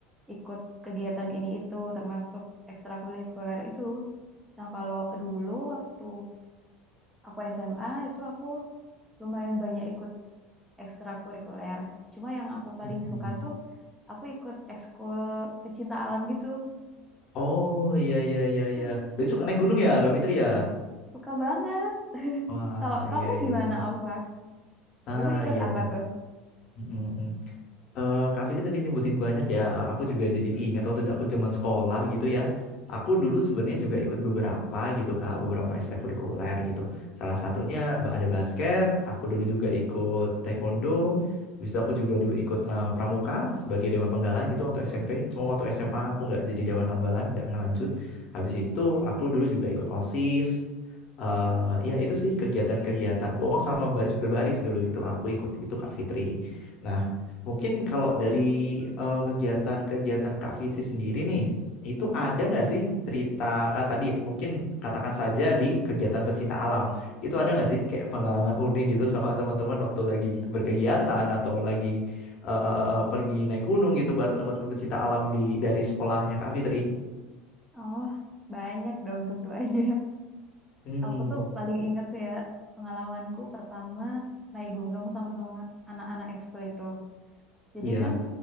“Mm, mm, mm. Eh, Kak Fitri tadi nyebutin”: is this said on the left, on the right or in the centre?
Left